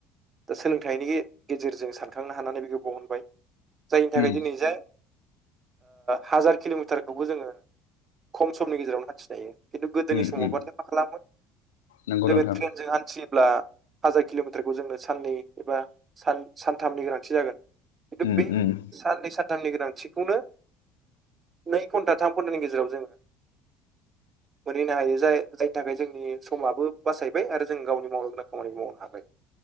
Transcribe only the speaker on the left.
उम
उम
उम
नंगौ
नोंथां
उम
उम
<inaudible>